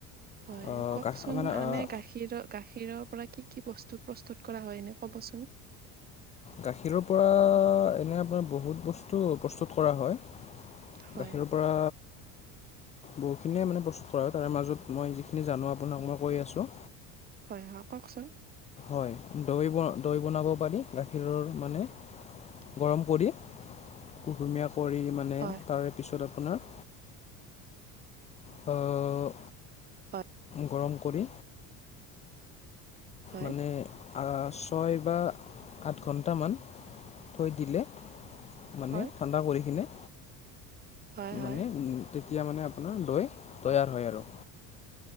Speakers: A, on the right; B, on the left.
A: হয়
B: আহ,
A: কওকচোন
B: গা মানে
A: আনে
B: আহ,
A: গাখীৰৰ গাখীৰৰ পৰা কি কি বস্তু প্ৰস্তুত কৰা হয় এনে ক'বচোন।
B: গাখীৰৰ পৰা এনে আপোনাৰ বহুত বস্তু প্ৰস্তুত কৰা হয়।
A: হয়
B: গাখীৰৰ পৰা
A: <unintelligible>
B: বহুতখিনিয়ে মানে প্ৰস্তুত কৰা হয় তাৰ মাজত মই যিখিনি জানো আাক মই কৈ আছো।
A: হয় হয় কওকচোন।
B: হয় দৈ বনাব পাৰি গাখীৰৰ মানে
A: হয়
B: গৰম কৰি কুহুমীয়া কৰি মানে
A: হয়,
B: তাৰে পিছত আপোনাৰ অ
A: হয়।
B: গৰম কৰি
A: হয়।
B: মানে ছয় বা আঠ ঘণ্টামান থৈ দিলে মানে
A: হয়,
B: ঠাণ্ডা কৰি কিনে
A: হয় হয়।
B: মানে উম, তেতিয়া মানে আপোনাৰ দৈ তৈয়াৰ হয় আৰু।